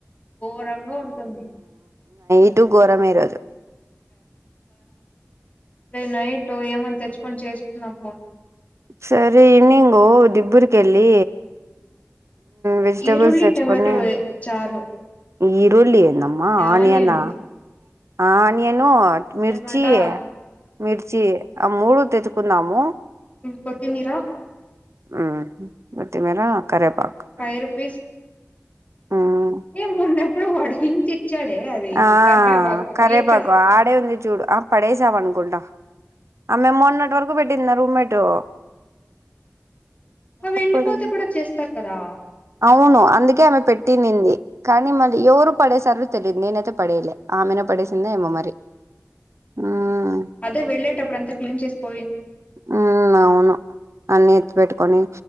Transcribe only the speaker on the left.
ఘోరంగా ఉంటుంది
ర నైట్ ఏమని తెచ్చుకొని చేసుకుందాం పోని
ఈరుల్లి
టమాటో చాలు
ఆనియన్
టమాటా
కొత్తిమీరా
ఫైవ్ రూపీస్
ఏ మన్నెప్పుడు వడికిించ ఇచ్చాడే అది
కర్వేపాకు
ఎక్కడ
అ
ఎండిపోతే కూడా చేస్తారు కదా
అదే వెళ్ళేటప్పుడు అంతా క్లీన్ చేసి పోయి